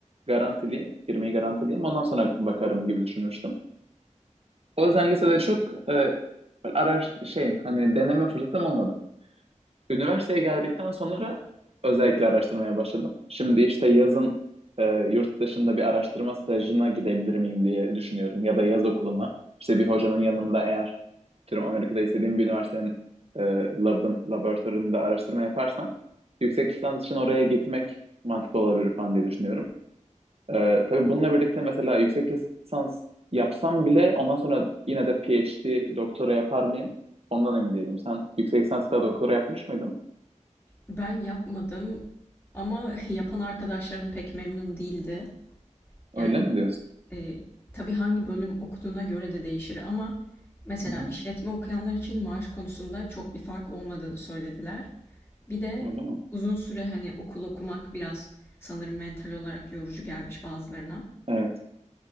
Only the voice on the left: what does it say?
Ben yapmadım ama <laughs> yapan arkadaşlarım pek memnun değildi.
Yani
e, tabii hangi bölüm okuduğuna göre de değişir ama mesela
işletme okuyanlar için maaş konusunda çok bir fark olmadığını söylediler. Bir de
uzun süre hani okul okumak biraz sanırım mental olarak yorucu gelmiş bazılarına.